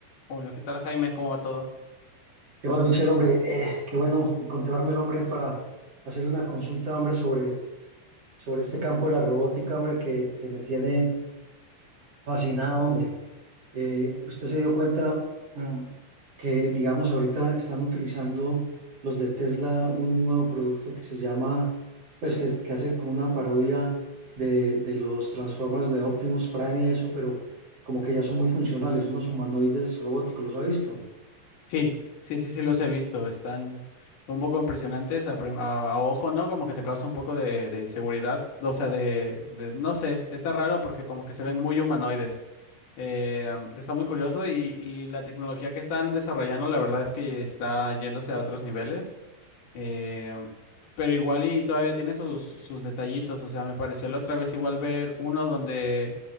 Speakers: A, on the left; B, on the right.
A: Hola, ¿qué tal, Jaime? ¿Cómo va todo?
B: ¿Qué más, Michelle, hombre? Eh, qué bueno encontrarme el hombre para hacerle una consulta, hombre, sobre, sobre este campo de la robótica, hombre, que, que me tiene fascinado, hombre. Eh, usted se dio cuenta mm, que, digamos, ahorita están utilizando los de Tesla un nuevo producto que se llama, pues, que, es- que hace como una parodia de, de los Transformers de Optimus Prime y eso, pero como que ya son muy funcionales, unos humanoides robóticos, ¿los ha visto?
A: Sí, sí, sí, sí, los he visto. Están un poco impresionantes a, prim- a- a ojo, ¿no? Como que te causa un poco de, de inseguridad. O sea, de, de- no sé, está raro porque como que se ven muy humanoides. Eh, am, está muy curioso y, y la tecnología que están desarrollando, la verdad es que está yéndose a otros niveles. Eh, pero igual y todavía tiene sus, sus detallitos. O sea, me pareció la otra vez igual ver uno donde